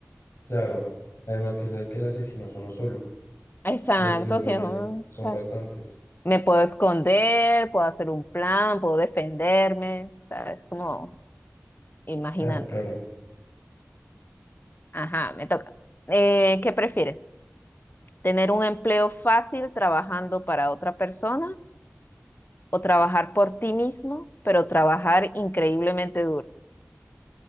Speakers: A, on the left (about 70°); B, on the left (about 45°).
A: claro, además que sabes que el asesino es uno solo.
B: Exacto,
A: Los tiburones
B: sí, es un- o
A: son
B: sea,
A: bastantes.
B: me puedo esconder, puedo hacer un plan, puedo defenderme, ¿sabes? Como imaginando.
A: Claro, claro.
B: Ajá, me toca. Eh, ¿qué prefieres? ¿Tener un empleo fácil trabajando para otra persona o trabajar por ti mismo, pero trabajar increíblemente duro?